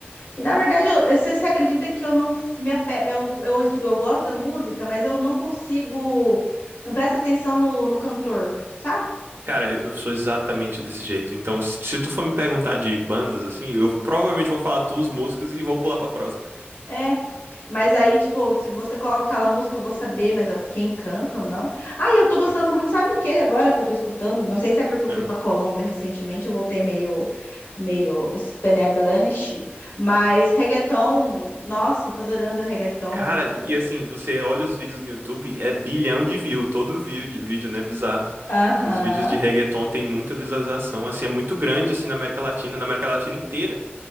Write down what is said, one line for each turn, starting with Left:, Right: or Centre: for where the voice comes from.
Left: E na verdade, eu- você, você acredita que eu não f- me ape... eu, eu, isso- eu gosto da música, mas eu não consigo, não presta atenção no, no cantor, sabe?
Right: Cara, eu eu sou exatamente desse jeito. Então, se, se tu for me perguntar de bandas, assim, eu provavelmente vou falar duas músicas e vou pular pra próxima.
Left: É. Mas aí, tipo, se você coloca aquela música, eu vou saber, mas eu- quem canta ou não. Ah, e eu tô gostando muito, sabe do que agora que eu tô escutando? Não sei se é porque eu fui
Right: É.
Left: pra Colômbia recentemente, eu voltei meio, meio Spanish, mas reggaeton, nossa, eu tô adorando o reggaeton,
Right: Cara,
Left: tipo,
Right: e assim, você olha os vídeos no YouTube, é bilhão de view, todo view de vídeo, né? Bizarro.
Left: aham.
Right: Os vídeos de reggaeton tem muita visualização, assim, é muito grande, assim, na América Latina, na América Latina inteira.